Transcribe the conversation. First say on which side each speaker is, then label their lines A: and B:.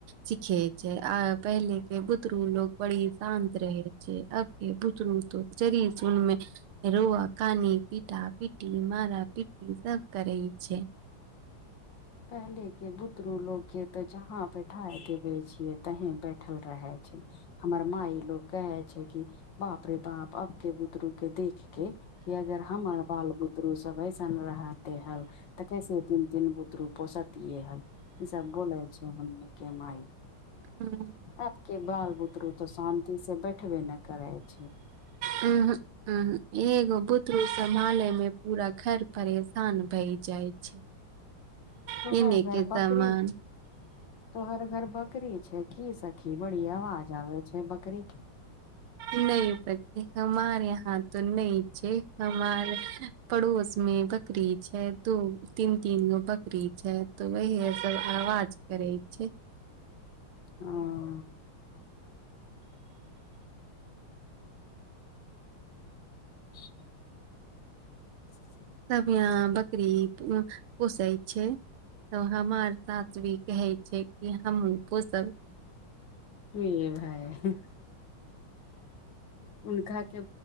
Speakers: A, on the right; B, on the left.
A: सिखे छय आ पहिले के बुतरू लोग बड़ी शान्त रहे छै अतनमे <unintelligible> रोआ कानी पीटा पीटी मरा पीटी सब करै छय
B: पहले के बुतरू लोग के तो जहााँ बैठा देवे छिये तहीं बैठल रहे छय हमर माय लोग कहे छै कि बाप रे बाप अबके बुतरू के देख के कि अगर हम बाल बुतरु सबैसन रहते है तऽ कैसे तीन तीन बु पोसतिए ह ई सबब गोलै छ माय
A: हूँ
B: आब के बाल बुतरू त शान्ति से बैठबे ने करे छय
A: अहूँ ह एगो बुतरू सम्हाले में पूरा घर परेशान भय जाइ छय
B: तोहर
A: कीने
B: घर
A: के सामान
B: बकरी तोहर घर बकरी छय की सखी बड़ी अवाज आवै छै बकरी के
A: न पति हमारे यहाँ तऽ न छै हमार पड़ोस में बकरी छय दू तीन तीन गो बकरी छै तो वही सब आवाज करै छय
B: हँ <inaudible> <inaudible>
A: सब यहाँ बकरी पोसै छय तऽ हमार सास भी कहइ छै कि हमो पोसब
B: ह भाय हुनका के